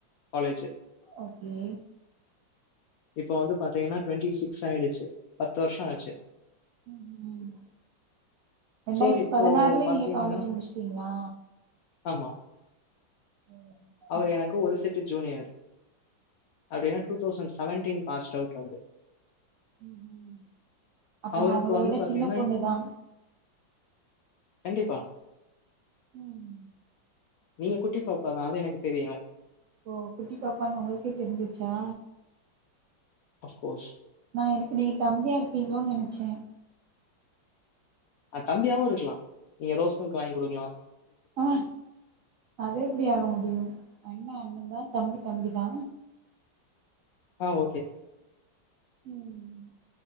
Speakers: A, on the left (about 80°); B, on the right (about 85°).
A: college.
B: Okay
A: இப்ப வந்து பாத்தீங்கன்னா டூண்டி சிக்ஸ் ஆயிடுச்சு பத்து வருஷோ ஆச்சு
B: ம் ம் ரெண்டாயிரத்தி
A: ஸோ, இப்போ
B: பதினாறுலே
A: பார்த்தீங்கன்னா
B: நீங்க காலேஜ் முடிச்சுட்டீங்களா
A: ஆமா
B: ஓ!
A: அவர்
B: அப்
A: எனக்கு ஒரு
B: ஓகே
A: செட் ஜூனியர் அப்படின்னா
B: அப்டியா
A: டூ தௌசண் செவேண்டின் பாஸ்ட் அவுட்டு அவரு
B: ம் ம் அப்ப
A: அவருக்கு
B: நா உங்கள
A: வந்து
B: விட
A: பார்த்தீங்கன்னா
B: சின்ன பொண்ணுதா
A: கண்டிப்பா
B: ம்
A: நீங்க குட்டி பாப்பாதா அது எனக்கு தெரியு
B: ஓ குட்டி பாப்பான்னு உங்களுக்கே தெரிச்சுருச்சா
A: அஃப்கோஸ்
B: நா எனக்கு நீங்க தம்பியா இருப்பீங்ளோனு நெனச்சே
A: ஆ தம்பியாவுருக்கலா நீங்க ரோஸ் மில்க் வாங்கி குடுக்கலா
B: ஓ அது எப்டி ஆக முடியும அண்ணா அண்ணாதா தா தம்பி தம்பி தா
A: ஆ ஓகே
B: ம்